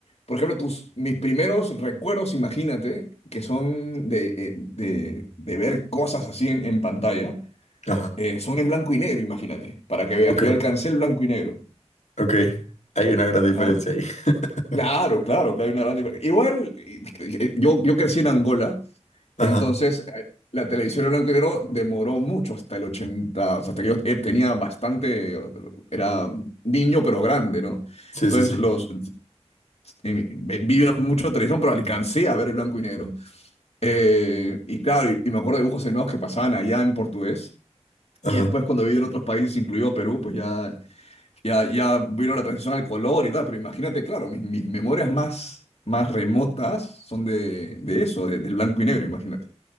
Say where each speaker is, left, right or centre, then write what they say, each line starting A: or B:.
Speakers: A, on the left (about 65°); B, on the left (about 85°).
A: Por ejemplo, tus, mis primeros recuerdos, imagínate, que son de, eh, de, de ver cosas así en, en pantalla,
B: Ajá.
A: eh, son en blanco y negro, imagínate, para que veas.
B: Ok,
A: Yo alcancé el blanco y negro.
B: ok. Hay una gran diferencia
A: ¿ah?
B: ahí. <laughs>
A: Claro, claro, que hay una gran diferencia. Igual, eh, eh, yo, yo crecí en Angola
B: Ajá.
A: Entonces, eh, la televisión en blanco y negro demoró mucho hasta el ochenta o sea, hasta que yo eh, tenía bastante, o- era niño pero grande, ¿no?
B: Sí,
A: Entonces,
B: sí, sí.
A: los... eh, vi vi mucho televisión, pero alcancé a ver el blanco y negro. Eh, y claro, y, y me acuerdo de dibujos animados que pasaban allá en portugués.
B: Ok.
A: Y después cuando viví en otros países, incluido Perú, pues ya, ya, ya vino la transición al color y tal. Pero imagínate, claro, mis, mis memorias más, más remotas son de, de eso, de- del blanco y negro, imagínate.